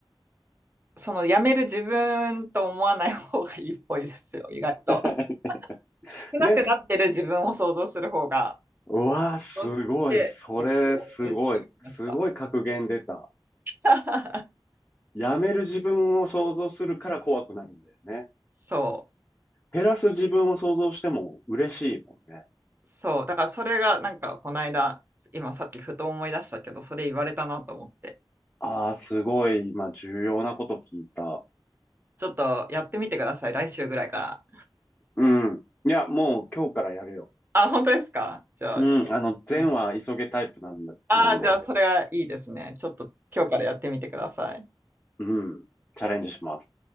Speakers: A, on the right (about 25°); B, on the left (about 20°).
A: そのやめる自分と思わない方がいいっぽいですよ。意外と。
B: <laughs>
A: 少なくなってる自分を想像する方が、
B: ね。うわーすごい。
A: そうして、
B: それ、
A: 結婚するって言いました。
B: すごい。すごい格言出た。
A: <laughs>
B: やめる自分を想像するから怖くなるんだよね。
A: そ
B: 減らす自分を想像しても嬉しいもんね。
A: う、そう。だからそれがなんかこの間、今さっきふと思い出したけど、それ言われたなと思って。
B: ああ、すごい。今、重要なこと聞いた。
A: ちょっとやってみてください、来週ぐらいから。
B: うん。いや、もう今日からやるよ。
A: あ、本当ですかじゃあ、
B: うん。
A: 今
B: あの、善は急げタイプなんだ、
A: 日ああー、
B: なんで。
A: じゃあそれはいいですね。ちょっと今日からやってみてください。
B: うん。チャレンジします。